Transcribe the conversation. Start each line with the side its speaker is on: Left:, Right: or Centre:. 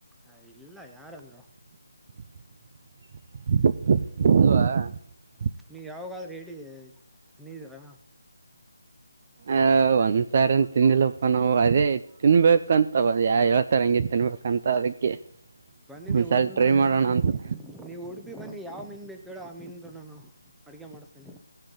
Centre: ಏ ಇಲ್ಲ ಯಾರಂದ್ರು.
Right: <unintelligible>
Centre: ನೀವು ಯಾವಾಗಾದ್ರೂ ಏಡಿ ತಿಂದಿದ್ದೀರಾ.
Right: ಆ ಒಂದ್ಸಾರನ್ ತಿಂದಿಲ್ಲಪ್ಪ ನಾವು ಅದೇ ತಿನ್ಬೇಕಂತ ಒ ಯಾವ ಹೇಳ್ತಾರ ತಿನ್ಬೇಕಂತ ಅದಕ್ಕೆ.
Centre: ಬನ್ನಿ
Right: ಒಂದ್ಸಲ
Centre: ನೀವು ಉಡುಪಿ
Right: ಟ್ರೈ
Centre: ಬನ್ನಿ
Right: ಮಾಡೋಣ ಅಂತ
Centre: ನೀವು ಉಡುಪಿ ಬನ್ನಿ ಯಾವ್ ಮೀನ್ ಬೇಕು ಹೇಳು ಆ ಮೀನ್ ನಾನು ಅಡುಗೆ ಮಾಡಿಸ್ತೀನಿ